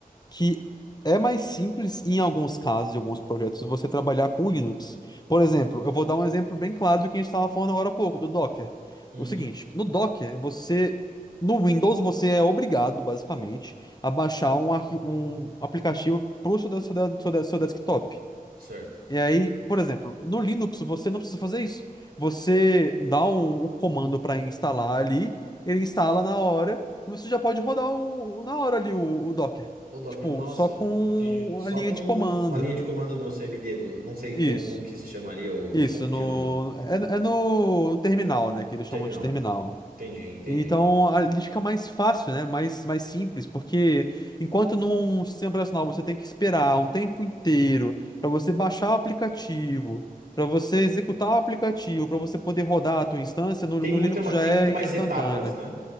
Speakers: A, on the left; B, on the right.
A: que é mais simples em alguns casos, em alguns projetos, você trabalhar com Linux. Por exemplo, eu vou dar um exemplo bem claro do que a gente estava falando agora há pouco, do Docker.
B: uhum,
A: O seguinte, no Docker, você. No Windows, você é obrigado, basicamente, a baixar um, arqui- um aplicativo para o seu, seu, seu, seu desktop.
B: certo.
A: E aí, por exemplo, no Linux você não precisa fazer isso. Você dá um, um comando para instalar ali, ele instala na hora, e você já pode rodar o, na hora ali o, o Docker.
B: O Docker,
A: Tipo,
B: nossa,
A: só com
B: entendi. Só
A: a linha
B: com
A: de comando.
B: uma linha de comando no CMD do, não sei como,
A: Isso.
B: como que se chamaria o
A: Isso,
B: prompt
A: no,
B: no
A: é, é no, no terminal, né? Que eles chamam
B: terminal.
A: de terminal.
B: Entendi, entendi,
A: Então a lista fica mais fácil, né? Mais, mais simples, porque enquanto num sistema operacional você tem que esperar um tempo inteiro para você baixar o aplicativo, para você executar o aplicativo,
B: entendi.
A: para você poder rodar a tua instância, no,
B: Tem
A: no
B: muita,
A: Linux
B: ma-
A: já
B: tem
A: é
B: muito mais
A: instantânea.
B: etapas, né?